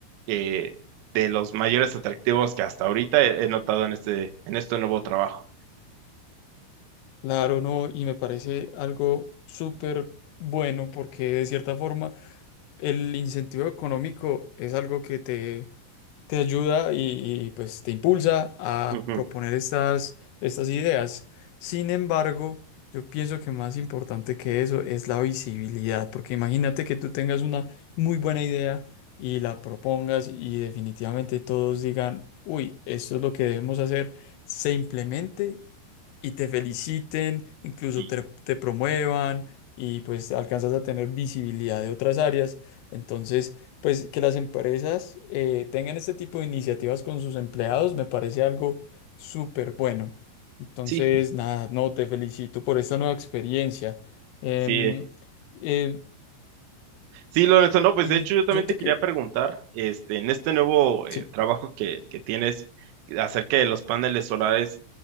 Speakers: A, on the right; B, on the left.
A: eh, de los mayores atractivos que hasta ahorita he, he notado en este, en este nuevo trabajo.
B: Claro, no, y me parece algo súper bueno porque de cierta forma el incentivo económico es algo que te te ayuda y, y, pues te impulsa a
A: Ujú.
B: proponer estas, estas ideas. Sin embargo, yo pienso que más importante que eso es la visibilidad, porque imagínate que tú tengas una muy buena idea y la propongas y definitivamente todos digan, uy, esto es lo que debemos hacer, se implemente y te feliciten, incluso
A: Sí,
B: te, te promuevan y pues alcanzas a tener visibilidad de otras áreas. Entonces, pues que las empresas eh, tengan este tipo de iniciativas con sus empleados me parece algo súper bueno. Entonces,
A: sí,
B: nada, no, te felicito por esta nueva experiencia. Em,
A: sí,
B: eh,
A: Sí, Lorenzo, no, pues
B: y
A: de hecho yo también
B: yo te
A: te quería
B: que...
A: preguntar, este, en este nuevo eh,
B: sí.
A: trabajo que, que tienes acerca de los paneles solares,